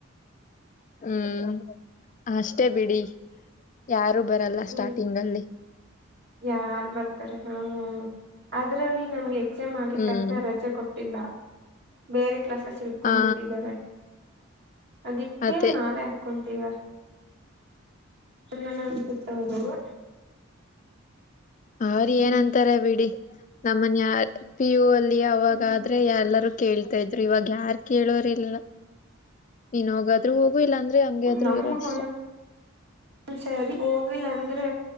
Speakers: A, on the left; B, on the right.
A: ಹ್ಮ್ ಅಷ್ಟೇ ಬಿಡಿ ಯಾರ್ ಬರಲ್ಲ
B: ಹ್ಮ್
A: ಸ್ಟಾರ್ಟಿಂಗ್ ಅಲ್ಲಿ
B: ಯಾರ್ ಬರ್ತಾರೆ ಹಾ ಅದ್ರಲ್ಲಿ ನಮ್ಗೆ ಎಕ್ಸಾಮ್ ಆಗಿ
A: ಹ್ಮ್.
B: ತಕ್ಷಣ ರಜೆ ಕೊಟ್ಟಿಲ್ಲ ಬೇರೆ ಕ್ಲಾಸಸ್ ಇಟ್ಕೊಂಡ್ಬಿಟ್ಟಿದ್ದಾರೆ.
A: ಹಾ
B: ಅದಿಕ್ಕೆ
A: ಅದೇ.
B: ನಾವೇ ಹಾಕ್ಕೊಂತೀವ. <unintelligible>
A: ಅವ್ರ
B: ಹ್ಮ್
A: ಏನ್ಂತಾರ ಬಿಡಿ ನಮ್ಮನ್ ಯಾರ್ ಪಿ ಯು ಅಲ್ ಅವಾಗಾದ್ರೆ
B: ಹ್ಮ್
A: ಎಲ್ಲರೂ ಕೇಳ್ತಾ ಇದ್ರು ಇವಾಗ ಯಾರ್ ಕೇಳೋರ್ಲ್ಲ ನೀನ್ ಹೋಗಾದ್ರು ಹೋಗ್ ಗು ಇಲ್ಲಾ ಅಂದ್ರೆ ಹಂಗ್ಯದ್ರು
B: ನಮಗ್
A: ಇರು ಅಷ್ಟೆ.
B: ಒಂದೊಂದ್ಸರಿ ಹೋಗಿಲ್ಲ ಅಂದ್ರೆ